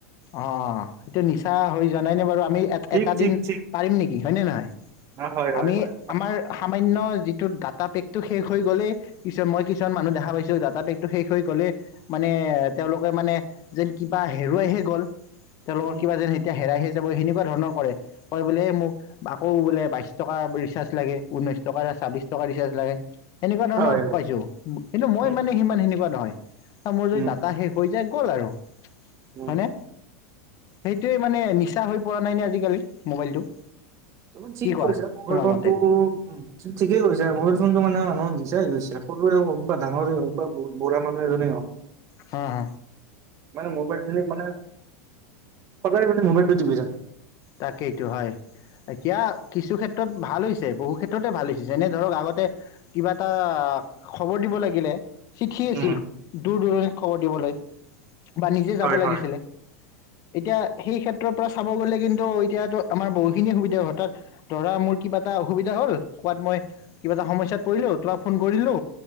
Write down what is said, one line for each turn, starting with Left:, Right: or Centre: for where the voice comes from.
Left: অ' অ' সেইটো নিচা হৈ যোৱা নাই নে বাৰু। আমি
Right: ঠিক
Left: এটা
Right: ঠিক
Left: দিন
Right: ঠিক
Left: পাৰিম নেকি হয়নে নহয়?
Right: হয় হয়
Left: আমি
Right: হয়
Left: আমাৰ সামান্য ডাটাপেকটো শেষ হৈ গ'লে, কিছু মই কিছুমান মানুহ দেখা পাইছোঁ। ডাটাপেকটো শেষ হৈ গ'লে মানে, তেওঁলোকে মানে যেন কিবা হেৰুৱাইহে গ'ল, তেওঁলোকৰ
Right: উম
Left: কিবা যেন এতিয়া হেৰাইহে হেনেকুৱা ধৰণৰ কৰে কয় বোলে মোক আকৌ বোলে বাইশ টকা ৰিচাৰ্জ লাগে, ওনৈশ টকা। ছাব্বিশ টকা ৰিচাৰ্জ লাগে, সেনেকুৱা ধৰণৰ
Right: হয় হয়
Left: পাইছো। কিন্তু মই
Right: উম
Left: মানে সিমান সেনেকুৱা নহয়। মোৰ যদি
Right: উম
Left: ডাটা শেষ হৈ যায় গ'ল আৰু।
Right: উম।
Left: হয়নে সেইটোৱে মানে, নিচা হয় পৰা নাই নে আজিকালি মোবাইলটো?
Right: তুমি ঠিক
Left: কি কোৱা
Right: কৰিছা, মোবাইল
Left: তোমাৰ
Right: ফোনটো
Left: মতে?
Right: উম ঠিকেই কৰিছা মোবাইল ফোনটো মানে মানুহ নিচাই হৈ গৈছে সৰুৰে হওক বা ডাঙৰেই হওক বা বহুত বুঢ়া মানুহ এজনে হওক।
Left: হ হ।
Right: মানে মোবাইল <unintelligible> মানে সদায় মানে মোবাইলটো টিপি থাকে।
Left: তাকেইটো হয় এতিয়া কিছু ক্ষেত্ৰত ভাল হৈছ বহু ক্ষেত্ৰতে ভাল হৈছে যেনে ধৰক আগতে কিবা এটা খবৰ দিব লাগিলে। চিঠি আছিল
Right: উম
Left: দূৰ দূৰণিত খবৰ দিবলৈ। বা নিজে
Right: হয়
Left: যাব লাগিছিলে
Right: হয়
Left: এতিয়া সেই ক্ষেত্ৰৰ পৰা চাব গলে কিন এতিয়াতো আমাৰ বহু খিনি সুবিধা হয় তাত ধৰা মোৰ কিবা এটা অসুবিধা হ'ল কোৱাত মই কিবা সমস্যাত পৰিলো তোমাক ফোন কৰিলো।